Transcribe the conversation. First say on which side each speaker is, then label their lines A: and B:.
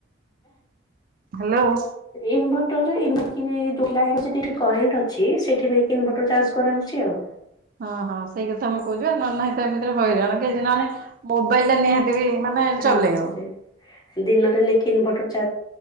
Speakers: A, on the right; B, on the left.
A: ହ୍ୟାଲୋ ହଁ।
B: ଇନଭର୍ଟର ଇନଭର୍ଟର କି ଲାଇ <unintelligible> କରେଣ୍ଟ ଅଛି ସେଠି ନେଇକି ଇନଭଟର ଚାର୍ଜ କରାହୋଉଚି ଆଉ।
A: ହଁ ହଁ ସେଇ କଥା ମୁଁ କହୁଚି ନ ହେଲେ ନାହିଁ ସେଇଥି ପାଇଁ ଏମିତିରେ ହଇରାଣ କେହିଦିନେ ମୋବାଇଲ ଟା ନିହାତି ମାନେ ଚଲେଇବ।
B: ହଁ ସେ ଦିନରେ ନେଇକି <unintelligible>